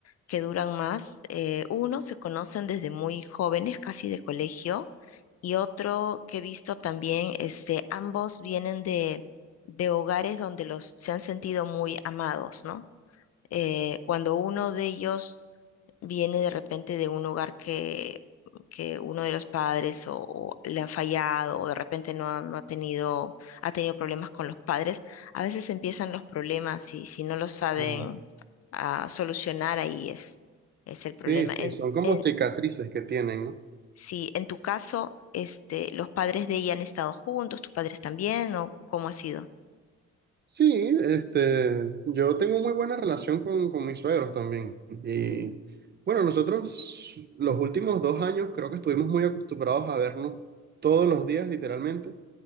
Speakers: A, on the left; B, on the right.
A: que duran más, eh, uno se conocen desde muy jóvenes, casi de colegio, y otro que he visto también, este, ambos vienen de, de hogares donde los se han sentido muy amados, ¿no? Eh, cuando uno de ellos viene de repente de un hogar que, que uno de los padres o, o le ha fallado o de repente no ha, no ha tenido, ha tenido problemas con los padres, a veces empiezan los problemas y si no los saben
B: Ah,
A: ah, solucionar, ahí es, es el problema.
B: Sí, sí,
A: En,
B: son como
A: en,
B: cicatrices que tienen, ¿no?
A: si en tu caso, este, los padres de ella han estado juntos, tus padres también, o cómo ha sido?
B: Sí, este, yo tengo muy buena relación con, con mis suegros también. Y bueno, nosotros los últimos dos años creo que estuvimos muy acostumbrados a vernos todos los días, literalmente.